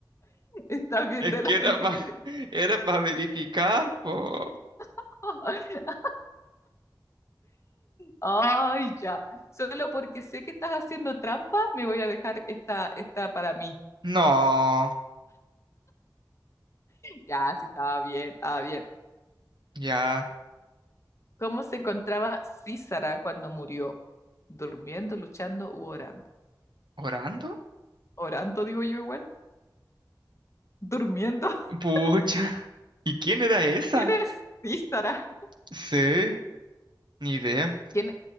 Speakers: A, on the left; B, on the right.
A: estás viendo
B: Es
A: la
B: que era
A: Biblia.
B: para era para verificar, po.
A: <laughs> Ay, ya. Solo porque sé que estás haciendo trampa, me voy a dejar esta, esta para mí.
B: No,
A: Ya, sí, estaba bien, estaba bien.
B: ya
A: ¿Cómo se encontraba Císara cuando murió? ¿Durmiendo, luchando u orando?
B: orando.
A: Orando, digo yo igual. Durmiendo. <laughs>
B: Pucha. ¿Y quién era esa?
A: ¿Quién es Císara?
B: Sí, ni idea.
A: ¿Quién-